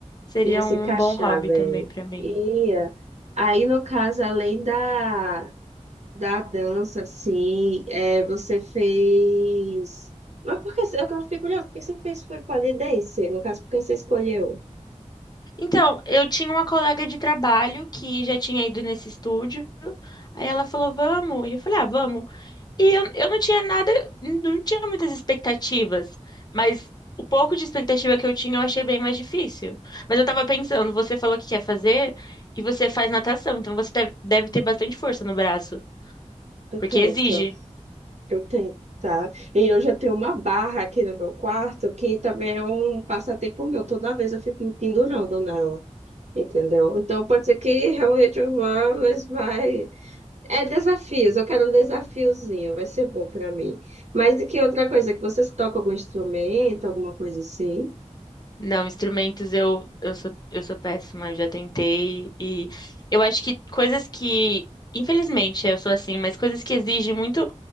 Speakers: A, on the left; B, on the right.
A: seria
B: Ia se
A: um
B: encaixar
A: bom hobby
B: bem.
A: também pra mim.
B: Ia. Aí, no caso, além da, da dança, assim, é, você fez. Mas por que você- eu fiquei curiosa, por que você fez foi pole dance? No caso, por que você escolheu?
A: Então, eu tinha uma colega de trabalho que já tinha ido nesse estúdio. Aí ela falou, vamos. E eu falei, ah, vamos. E eu, eu não tinha nada, não tinha muitas expectativas. Mas o pouco de expectativa que eu tinha, eu achei bem mais difícil. Mas eu tava pensando, você falou que quer fazer e você faz natação. Então você deve deve ter bastante força no braço,
B: Eu
A: porque
B: tento,
A: exige.
B: eu tento, tá? E eu já tenho uma barra aqui no meu quarto, que também é um passatempo meu. Toda vez eu fico me pendurando nela, entendeu? Então, pode ser que realmente eu vá, mas vai. É desafios, eu quero um desafiozinho, vai ser bom pra mim. Mas e que outra coisa, que vocês tocam algum instrumento, alguma coisa assim?
A: Não, instrumentos eu, eu sou, eu sou péssima, eu já tentei e eu acho que coisas que, infelizmente, eu sou assim, mas coisas que exigem muito